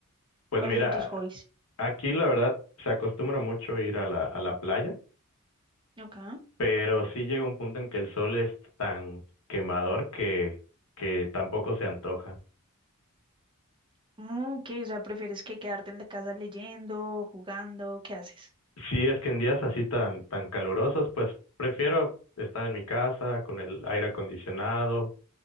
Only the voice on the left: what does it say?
Pues
mira,
Aquí la verdad se acostumbra mucho ir a la, a la playa,
pero sí llega un punto en que el sol es tan quemador que, que tampoco se antoja.
Si es que en días así tan, tan calurosos, pues prefiero estar en mi casa con el aire acondicionado.